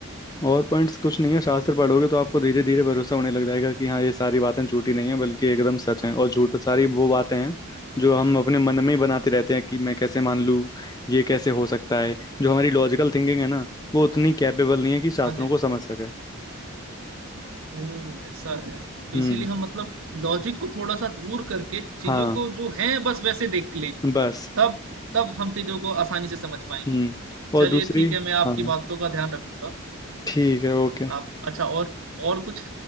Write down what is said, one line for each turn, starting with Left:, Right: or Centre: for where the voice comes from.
Left: और पॉइंट्स कुछ नहीं है शास्त्र पढ़ोगे तो आपको धीरे धीरे भरोसा होने लग जाएगा कि हाँ ये सारी बातें झूठी नहीं है बल्कि एकदम सच हैं और झूठ सारी वो बातें हैं जो हम अपने मन में ही बनाते रहते हैं कि मैं कैसे मान लूँ ये कैसे हो सकता है जो हमारी लॉजिकल थिंकिंग है ना वो उतनी कैपेबल नहीं है कि शास्त्रों
Right: हाँ जी
Left: को समझ सके
Right: वो ऐसा है तो
Left: हम्म
Right: इसीलिए हम मतलब लॉजिक को थोड़ा सा दूर करके चीजों
Left: हाँ
Right: को जो है बस वैसे देख लें
Left: बस
Right: तब तब हम चीजों को आसानी से समझ पाएंगे
Left: हम्म
Right: चलिए
Left: और दूसरी
Right: ठीक है मैं आपकी
Left: हाँ
Right: बातों का ध्यान रखूंगा
Left: ठीक है ओके
Right: आप अच्छा और और कुछ